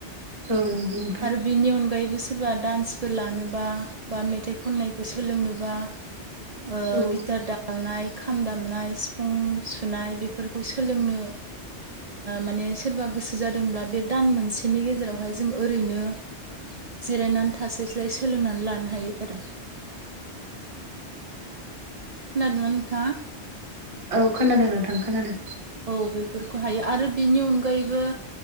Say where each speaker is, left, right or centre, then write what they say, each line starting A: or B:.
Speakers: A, on the right; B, on the right.
A: औ नंगौ नं
B: आरो बेनि अनगायैबो सोरबा दान्सफोर लानोबा बा मेथाइ खननायफोर सोलोंनोबा ओ
A: औ
B: गिटार दामनाय खाम दामनाय सिफुं सुनाय बेफोरखौ सोलोंनो माने सोरबा गोसो जादोंब्ला बे दान मोनसेनि गेजेरावहाय जों ओरैनो जिरायनानै थास्लायस्लाय सोलोंनानै लानो हायो आरो। खोनादोंना नोंथाङा?
A: औ खोनादों नोंथां खोनादों।
B: औ बेफोरखौ हायो आरो बिनि अनगायैबो